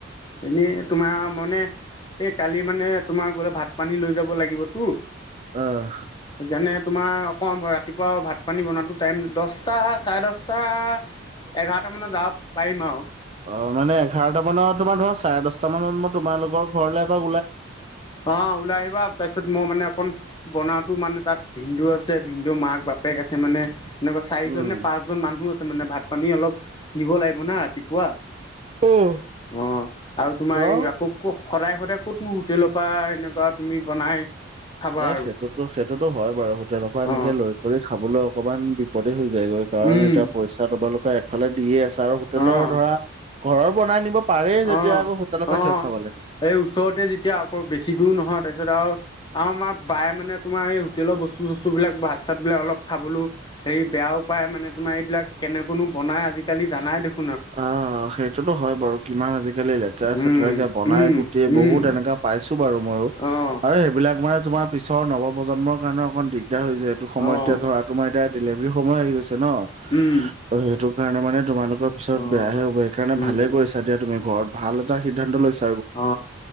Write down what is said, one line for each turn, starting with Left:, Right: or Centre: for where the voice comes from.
Left: এনেই তোমাৰ মনে এই কালি মানে তোমাৰ গ'লে ভাত পানী লৈ যাব লাগিব টো। সেইকাৰণে
Right: আহ।
Left: তোমাৰ কম হয় ৰাতিপুৱা ভাত-পানী বনাটো টাইম দছটা, চাৰে দছটা এঘাৰটা মানত যাব পাৰিম আৰু।
Right: অ, মানে এঘাৰটা মানত তোমাৰ ধৰা চাৰে দছটা মানত মই তোমালোকৰ ঘৰলে বাও
Left: অ, ওলাই আহিবা। তাৰপিছত মই মানে অকণ বনাওটো মানে তাত ভিনদেউ আছে, ভিনদেউৰ মাক-বাপেক আছে মানে। এনেকুৱা চাৰিজন
Right: উম।
Left: নে পাঁচজন মানুহ আছে মানে। ভাত-পানী অলপ নিব লাগিব না। কোৱা।
Right: অ',
Left: অ আৰু তোমাৰ এই
Right: অ'।
Left: আকৌ ক'ত সদায় সদায় ক'ত <unintelligible> হোটেলৰ পৰা এনেকুৱা তুমি বনাই খাবা
Right: এ
Left: আৰু
Right: সেইটোতো, সেইটোতো হয় বাৰু। হোটেলৰ পৰা এনেকে
Left: অ
Right: লৈ কৰি খাবলৈ অকমান বিপদে হৈ যা যায় গৈ কাৰণ
Left: উম
Right: এতিয়া পইচা তোমালোকৰ একফালে দিয়ে আছা আৰু হোটেলৰ
Left: অ
Right: ধৰা ঘৰৰ বনাই নিব পাৰেই
Left: অ',
Right: যেতিয়া আকৌ হোটেলৰ পৰা
Left: অ',
Right: কিয় খাব লাগে?
Left: এই ওচৰতে যেতিয়া আকৌ বেছি দূৰ নহয়। তাৰপিছত আৰু আৰু আমাৰ বায়ে মানে তোমাৰ এই হোটেলৰ বস্তু-চস্তু বিলাক ভাত-চাত বিলাক অলপ খাবলৈও হেৰি বেয়াও উপায় মানে তোমাৰ এইবিলাক কেনে কোনো বনাই আজিকালি জানাই দেখ-
Right: অ সেইট- সেইটো টো হয় বাৰু কিমান আজিকালি লেতেৰা চেতেৰা
Left: উম,
Right: কে বনাই
Left: উম।
Right: গুটেই বহুত
Left: উম,
Right: এনেকা পাইছো বাৰু মইয়ো।
Left: অ',
Right: আৰু সেইবিলাক মানে তোমাৰ পিছৰ নৱ প্ৰজন্মৰ কাৰণে অকণ দিগ- দাৰ হৈ যায় এইটো সময়
Left: অ',
Right: এতিয়া ধৰা তোমাৰ এতিয়া ডেলিভাৰী সময় আহি গৈছে ন।
Left: উম,
Right: ত' সেইটো কাৰণে মানে তোমালোকৰ পিছত
Left: অ',
Right: বেয়াহে হ'ব সেইকাৰণে
Left: উম,
Right: ভালে কৰিছা তুমি ঘৰত ভাল এটা সিদ্ধান্ত লৈছ-
Left: অ